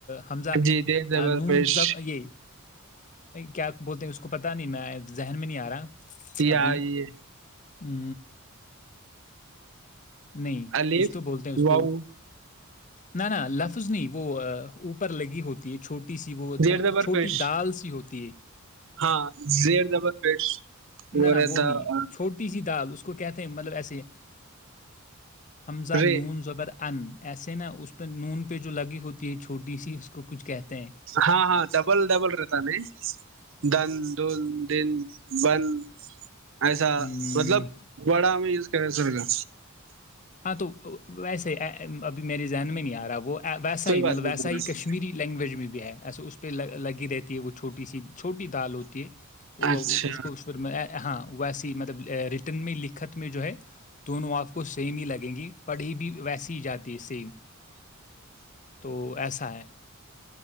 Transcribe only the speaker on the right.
جی دیر زبر
پیش
پ
آئی ہے
الف
واؤ
زیر زبر
پیش
ہاں زیر زبر پش وہ
رہتا
اور
رے
ہاں ہاں ڈبل ڈبل رہتا ن دن دون دن بند ایسا
مطلب بڑا میں چ سر گا
کوئی
بات
نہیں
اچھا